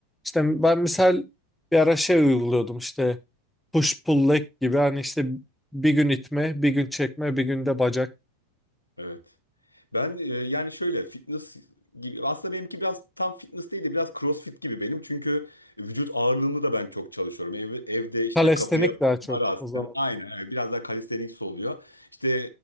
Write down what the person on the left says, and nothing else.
Evet. Ben e, yani şöyle fitness gibi aslında benimki biraz tam fitness değil de biraz crossfit gibi benim. Çünkü vücut ağırlığımı da ben çok çalışıyorum. Ev, evde işte
kapıya
bar astım.
Aynen evet. Biraz daha calisthenics oluyor. İşte